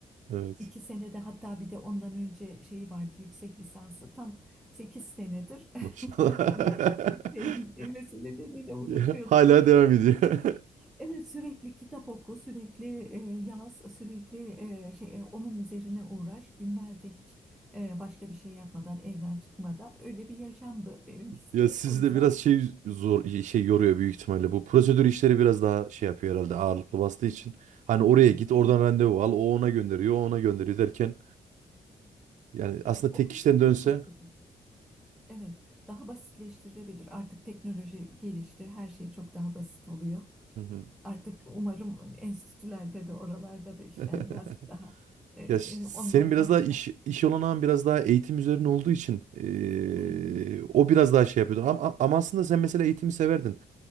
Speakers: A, on the right; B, in the centre.
A: Evet.
B: İki senede hatta bir de ondan önce şeyi vardı yüksek lisansı. Tam 8 senedir
A: Maşallah.
B: <laughs>
A: <laughs>
B: e, meseleleriyle uğraşıyordum.
A: Ya, Hala devam ediyor. <laughs>
B: Evet sürekli kitap oku, sürekli e, yaz, sürekli e, şey e, onun üzerine uğraş. Günlerce hiç e, başka bir şey yapmadan, evden çıkmadan öyle bir yaşamdı benimkisi
A: Ya
B: de.
A: sizi
B: O yüzden
A: de biraz şey zor şey yoruyor büyük ihtimalle. Bu prosedür işleri biraz daha şey yapıyor herhalde ağırlıklı bastığı için. Hani oraya
B: evet,
A: git, oradan
B: e,
A: randevu al, o ona gönderiyor, o ona gönderiyor
B: evet,
A: derken
B: evet.
A: yani
B: E,
A: aslında tek
B: O kısmı
A: kişiden dönse
B: da çok sıkıcı. Evet, daha basitleştirilebilir. Artık teknoloji gelişti, her şey çok daha basit oluyor.
A: Hı hı.
B: Artık umarım enstitülerde de oralarda da işler
A: <laughs>
B: birazcık daha e,
A: Ya ş- senin
B: online'a
A: biraz daha
B: döner.
A: iş iş olanağın biraz daha eğitim üzerine olduğu için eee,
B: Evet.
A: o biraz daha şey yapıyordur. Ama, ama aslında sen mesela eğitimi severdin.